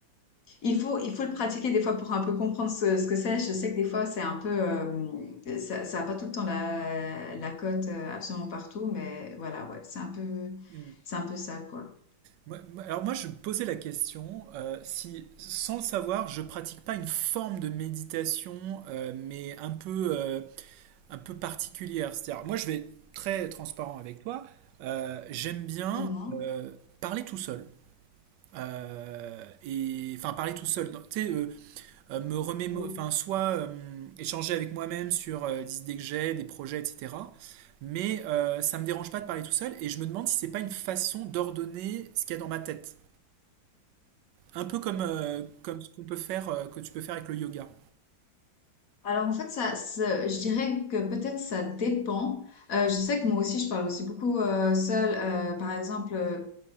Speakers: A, on the left (about 50°); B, on the right (about 70°).
A: il faut, il faut le pratiquer des fois pour un peu comprendre ce, ce que c'est. Je sais que des fois, c'est un peu, euh, ça, ça a pas tout le temps la, la cote euh, absolument partout, mais voilà, ouais, c'est un peu,
B: hmm.
A: c'est un peu ça, quoi.
B: Moi- moi- Alors moi, je me posais la question euh, si, sans le savoir, je pratique pas une forme de méditation, euh, mais un peu, euh, un peu particulière. C'est-à-dire, moi, je vais être très transparent avec toi. euh, j'aime bien
A: Dis-moi.
B: euh, parler tout seul. Euh, et enfin parler tout seul, Donc, tu sais, euh, euh, me remémo-
A: Bon.
B: enfin soit euh, échanger avec moi-même sur euh, des idées que j'ai, des projets, etc. Mais euh, ça me dérange pas de parler tout seul, et je me demande si c'est pas une façon d'ordonner ce qu'il y a dans ma tête. Un peu comme, euh, comme ce qu'on peut faire, euh, que tu peux faire avec le yoga.
A: Alors en fait, ça, ça- je dirais que peut-être ça dépend. Euh, je sais que moi aussi, je parle aussi beaucoup euh, seule. Euh, par exemple, euh,